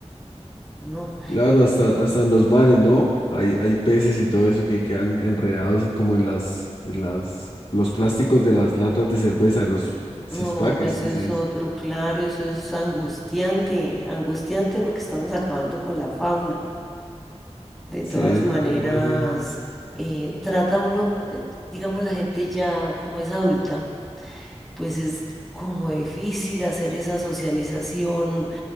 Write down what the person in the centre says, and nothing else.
No,
no, eso
es
otro, claro, eso es angustiante, angustiante porque estamos acabando con la fauna. De
todas
maneras,
eh, trata uno, eh, digamos, la gente ya como es adulta, pues es como difícil hacer esa socialización